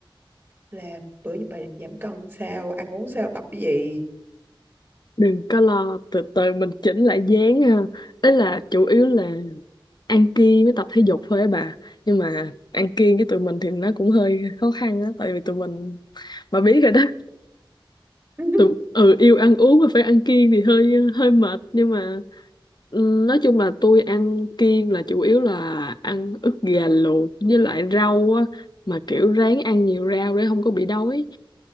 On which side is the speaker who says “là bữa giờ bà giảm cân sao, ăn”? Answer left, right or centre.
Right